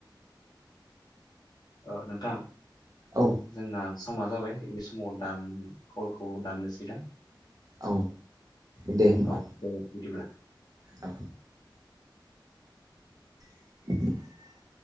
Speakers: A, on the left; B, on the right.
A: ओ नोंथां
B: औ
A: जोंना समा जाबाय बे समाव दान कलखौ दाननोसै दां।
B: औ दे होमबा
A: औ दे बिदिब्ला।
B: औ <unintelligible>